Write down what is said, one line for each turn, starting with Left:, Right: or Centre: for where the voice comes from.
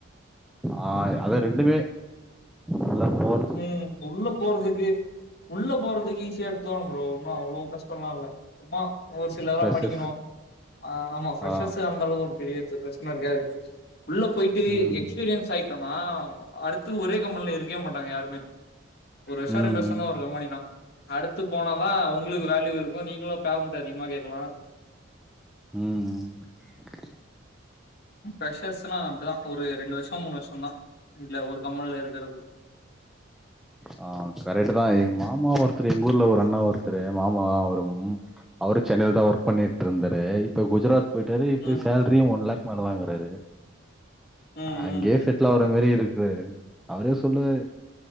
Centre: ஆ அதா ரெண்டுமே உள்ள போற
Left: ம் உள்ளப் போறதுக்கு உள்ள போறதுக்கு ஈஸியா எடுத்துருவாங்க ப்ரோ ஒன்னு அவ்ளோ கஷ்டோல்லா இல்ல உம்மா ஓரு சிலெல்லதுலா
Centre: ஃப்ரெஷர்ஸ்
Left: படிக்கணு ஆ ஆமா ஃப்ரெஷ்ஸ்சர்சுஅந்த
Centre: ஆ
Left: அளவுக்கு ஒரு பெரிய பிரச்சன இருக்காது உள்ள போயிட்டு
Centre: ம்
Left: எக்ஸ்பீரியன்ஸ் ஆயிட்டோனா அடுத்து ஒரே கம்பெனில இருக்கவே மாட்டாங்க யாருமே ஒரு வருஷோ
Centre: ம்
Left: ரெண்டு வருஷோ தா ஒரு கம்பெனினா அடுத்து போனாதா உங்களுக்கு வேல்யூ இருக்கு நீங்களு பேமெண்ட் அதிகமா கேக்கலா
Centre: ம் ம்
Left: ஃப்ரஷர்ஸ்னா அப்டிதா ஒரு ரெண்டு வருஷோ மூணு வருஷோ தா இதுல்ல ஒரு கம்பெனில இருக்கறது
Centre: ஆ கரெக்ட்டு தா எங்க மாமா ஒருத்தரு எங்க ஊர்ல ஒரு அண்ணா ஒருத்தரு மாமா அவரும் அவரு சென்னைல தா ஒர்க் பண்ணிட்டு இருந்தாரு இப்போ குஜராத் போயிட்டாரு இப்ப
Left: ம்
Centre: சேல்ரியு ஒன் லேக் மேல வாங்கறாரு
Left: ம்
Centre: அங்கயே
Left: ம் ம்
Centre: செட்லாவ றமேரி இருக்கிறாரு அவரே சொல்லுவாரு